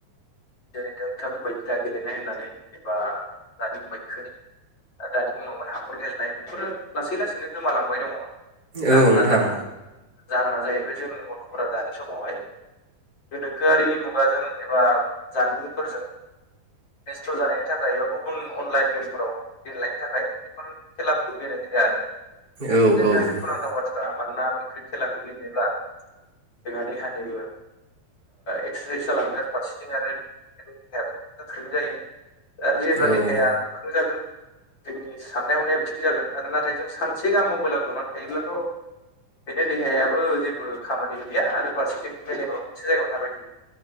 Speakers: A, on the left; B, on the right.
A: जेरै नोंथाङा बुंंबाय गिला गेलेनाय होननानै एबा दानि बुंबाय खै दानि बुंबाय हाखर गेलेनाय बेफोरो लासै लासै लासैनो गोमालांबाय दङ मानोना
B: औ नोंथां
A: जोंहा जाहोना जाहैबाय जोंनि गथ'फोरा दानि समावहाय गोनोखोआरि मुगाजों एबा जानबुंफोरजों बेस्थ जानायनि थाखाय एबा गुबुन अनलाइन गेमफोराव गेलेनायनि थाखाय बेफोर खेलाफोरखौ गेलेनाय जाया आरो
B: औ
A: द जोंनि
B: औ
A: थाखाय दुखुनांथाव बाथ्रा मानोना बैफोर खेलाखौ गेलेब्ला जोंहा देहानिबो एक्सारसाइस जालाङो आरो फारसेथिं आरो जोंनि देहायाबो गोख्रों जायो आरो जेब्ला देहाया
B: औ
A: गोख्रों जागोन जोंनि साननाय हनायाबो थिग जागोन आरो नाथाय जों सानसे गाहाम मबाइलाव जना थायोब्लाथ बेनो देहायाबो जेबो खामानि गैया आरो फारसेथिं मेलेबाबो मोनसे जायगायावनो थाबाय थायो